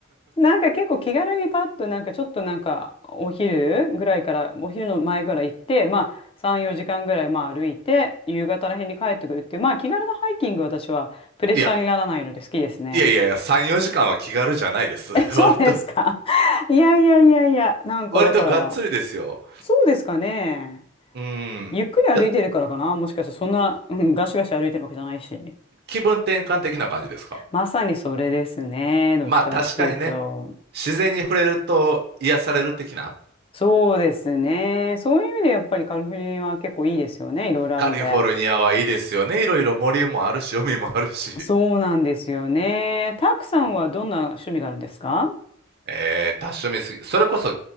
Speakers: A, on the left; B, on the right.
A: なんか結構気軽にパッとなんかちょっとなんかお昼ぐらいからお昼の前ぐらい行ってまあ3、4時間ぐらいまあ歩いて夕方らへんに帰ってくるっていうまあ気軽なハイキング私はプレッシャーにならないので好きですね。
B: いや、いやいやいや、3、4時間は気軽じゃないです。
A: え、そうですか
B: <laughs> 割と、
A: <laughs> いやいやいやいやなんかだから
B: 割とがっつりですよ。
A: そうですかね。
B: うん。
A: ゆっくり歩いてるからかなもしかしてそんな、
B: だ
A: うん、ガシガシ歩いてるわけじゃないし。
B: 気分転換的な感じですか。
A: まさにそれですね。どっちかっていうと。
B: まあ確かにね、自然に触れると癒される的な。
A: そうですね。そういう意味でやっぱりカリフォルニアは結構いいですよね。いろいろあるんで。
B: カリフォルニアはいいですよね。いろいろ森もあるし、海もあるし。
A: そうなんですよね。たくさんはどんな趣味があるんですか
B: <laughs> うんえー、多趣味すぎ。それこそ、